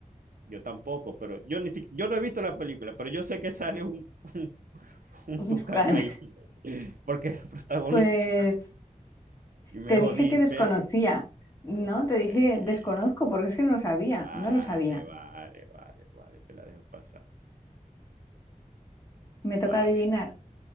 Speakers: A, on the right; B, on the left.
A: yo tampoco, pero yo ni si- yo no he visto la película, pero yo sé que sale un, <laughs> un, un
B: <laughs> Un
A: tucán
B: tucán.
A: ahí, <laughs> porque es el protagonista.
B: Pues
A: Y me
B: Te
A: jodiste.
B: dije que desconocía, ¿no?
A: Joder.
B: Te dije desconozco porque es que no lo sabía,
A: Vale,
B: no lo sabía.
A: vale, vale, vale, te la dejo pasar.
B: Me toca
A: Vale,
B: adivinar.